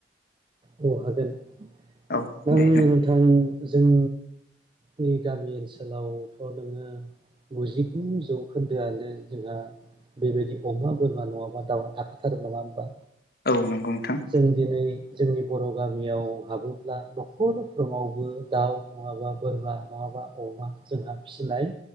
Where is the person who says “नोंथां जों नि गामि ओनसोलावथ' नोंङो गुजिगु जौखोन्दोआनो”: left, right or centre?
Right